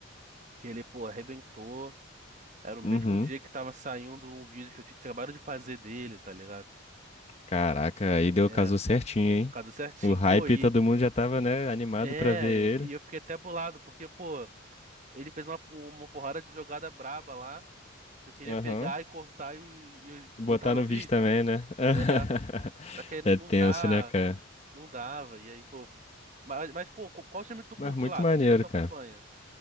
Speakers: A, on the right; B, on the left.
A: que ele, pô, arrebentou, era o mesmo
B: Uhum.
A: dia que tava saindo um vídeo que eu tinha que acabaram de fazer dele, tá ligado?
B: Caraca, aí deu
A: É,
B: casou certinho, hein?
A: cadê certinho.
B: O hype,
A: Pô, e,
B: todo mundo já tava, né, animado
A: é,
B: pra ver ele.
A: e eu fiquei até bolado, porque, pô, ele fez uma, uma porrada de jogada braba lá. Eu queria
B: Aham.
A: pegar e cortar e, e
B: E Botar
A: botar no
B: no vídeo
A: vídeo.
B: também, né?
A: É.
B: <laughs>
A: Só que aí não
B: É tenso,
A: dá.
B: né, cara?
A: Não dava. E aí, pô. Mas, mas, pô, qual time tu
B: Mas
A: curte
B: muito
A: lá?
B: maneiro,
A: Qual time que tu
B: cara.
A: acompanha?